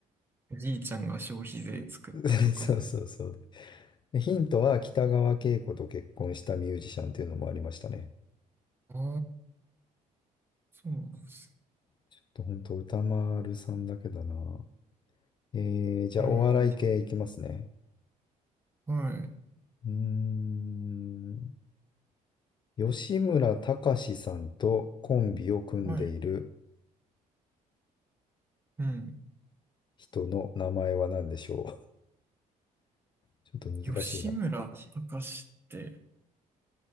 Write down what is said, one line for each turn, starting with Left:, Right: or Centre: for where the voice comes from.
Right: おじいちゃんが消費税作ったとかなの。
Left: <laughs> そうそうそう。でヒントは北川景子と結婚したミュージシャンっていうのもありましたね。
Right: ああ、そうなんです。
Left: ちょっと本当歌丸さんだけだな。えー、じゃあお笑い系いきますね。
Right: うん。はい。
Left: うーん。吉村崇さんとコンビを組んでいる
Right: はい。うん。
Left: 人の名前は何でしょうちょっと難しいな。
Right: 吉村隆って、